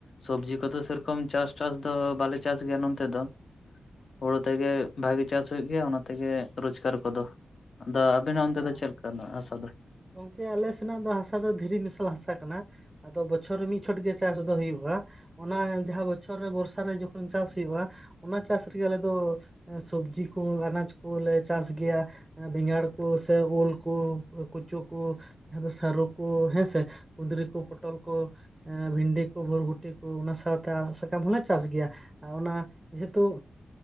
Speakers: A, on the left (about 50°); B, on the right (about 20°).
A: ᱥᱚᱵᱽᱡᱤ ᱠᱚᱫᱚ ᱥᱮᱨᱚᱠᱚᱢ ᱪᱟᱥᱴᱟᱥ ᱫᱚ ᱵᱟᱞᱮ ᱪᱟᱥ ᱜᱮᱭᱟ ᱱᱚᱱᱛᱮ ᱫᱚ᱾ ᱦᱩᱲᱩ ᱛᱮᱜᱮ ᱵᱷᱟᱜᱤ ᱪᱟᱥ ᱦᱳᱭᱳᱜ ᱜᱮᱭᱟ, ᱚᱱᱟᱛᱮᱜᱮ ᱨᱳᱡᱽᱠᱟᱨ ᱠᱚᱫᱚ᱾ ᱟᱫᱚ ᱟᱵᱤᱱ
B: ᱟᱪᱪᱷᱟ
A: ᱚᱱᱛᱮ ᱫᱚ ᱪᱮᱫ ᱠᱟᱱᱟ ᱦᱟᱥᱟ ᱫᱚ?
B: ᱜᱚᱝᱠᱮ ᱟᱞᱮ ᱥᱮᱱᱟᱜ ᱫᱚ ᱦᱟᱥᱟ ᱫᱚ ᱫᱷᱤᱨᱤ ᱢᱮᱥᱟᱞ ᱦᱟᱥᱟ ᱠᱟᱱᱟ᱾ ᱟᱫᱚ ᱵᱚᱪᱷᱚᱨ ᱨᱮ ᱢᱤᱫ ᱪᱷᱚᱴ ᱜᱮ ᱪᱟᱥ ᱫᱚ ᱦᱩᱭᱩᱜᱼᱟ᱾ ᱚᱱᱟ ᱡᱟᱦᱟᱸ ᱵᱚᱪᱷᱚᱨ ᱨᱮ ᱵᱚᱨᱥᱟ ᱨᱮ ᱡᱚᱠᱷᱚᱱ ᱪᱟᱥ ᱦᱩᱭᱩᱜᱼᱟ᱾ ᱚᱱᱟ ᱪᱟᱥ ᱨᱮᱜᱮ ᱟᱞᱮ ᱫᱚ ᱥᱚᱵᱡᱤ ᱠᱚ ᱟᱱᱟᱪ ᱠᱚᱞᱮ ᱪᱟᱥ ᱜᱮᱭᱟ ᱵᱮᱸᱜᱟᱲ ᱠᱚ ᱥᱮ ᱳᱞ ᱠᱚ <unintelligible> ᱩᱪᱩ ᱠᱚ ᱡᱟᱦᱟᱸ ᱫᱚ ᱥᱟᱹᱨᱩ ᱠᱚ ᱦᱮᱸᱥᱮ ᱠᱩᱸᱫᱽᱨᱤ ᱠᱚ ᱯᱚᱴᱚᱞ ᱠᱚ ᱮᱸ ᱵᱷᱤᱱᱰᱤ ᱠᱚ ᱵᱷᱚᱨᱵᱷᱩᱴᱤ ᱠᱚ ᱚᱱᱟ ᱥᱟᱶᱛᱮ ᱟᱲᱟᱜ ᱥᱟᱠᱟᱢ ᱦᱚᱸᱞᱮ ᱪᱟᱥ ᱜᱮᱭᱟ᱾ ᱚᱱᱟ ᱡᱮᱦᱮᱛᱩ